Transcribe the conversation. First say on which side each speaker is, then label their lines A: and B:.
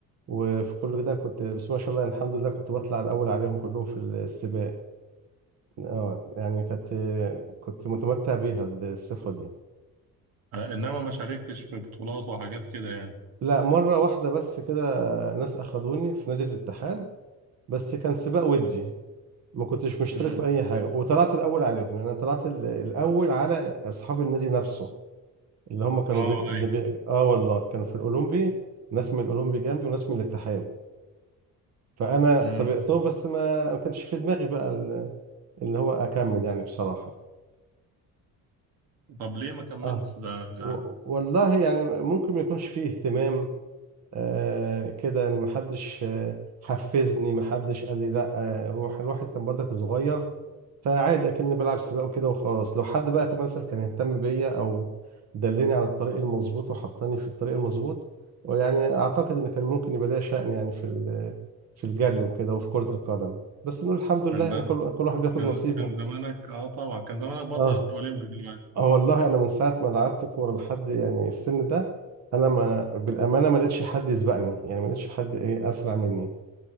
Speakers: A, on the right; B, on the right.
A: وفي كل ده كنت بس ما شاء الله يعني الحمد لله كنت بطلع الاول عليهم كلهم في السباق اه يعني كانت آه، كنت متمتع بيها الصفه دي
B: آه إنما ما شاركتش في بطولات وحاجات كده يعني
A: لا مرة واحدة بس كده ناس أخدوني في نادي الاتحاد بس كان سباق ودي ما كنتش مشترك
B: امم
A: في أي حاجة وطلعت الأول عليهم يعني أنا طلعت ال- الأول على أصحاب النادي نفسه اللي هم كانوا
B: آه
A: بي... اللي بي... آه والله كانوا في الأولمبي ناس من الأولمبي جنبي وناس من الاتحاد فأنا
B: امم
A: سبقتهم بس ما ما كانش في دماغي بقى ال- اللي هو أكمل يعني بصراحة
B: طب ليه ما كملتش
A: آه
B: ده ده
A: و... والله يعني ممكن ما يكونش فيه اهتمام آه كده يعني محدش آه حفزني محدش قال لي لا آه روح الواحد كان برضك صغير فعادي اكني بلعب سباق وكده وخلاص لو حد بقى كان مثلا كان يهتم بيا او دلني على الطريق المظبوط وحطني في الطريق المظبوط ويعني اعتقد ان كان ممكن يبقى ليا شأن يعني في ال- في الجري وكده وفي كرة القدم بس نقول الحمد لله
B: كان
A: يعني
B: ز-
A: كل كل واحد بياخد
B: كان
A: نصيبه
B: كان زمانك آه طبعا كان زمانك بطل
A: اه
B: أولمبي دلوقتي
A: اه والله انا من ساعة ما لعبت كورة لحد يعني السن ده انا ما بالامانه ما لقيتش حد يسبقني يعني ما لقيتش حد ايه اسرع مني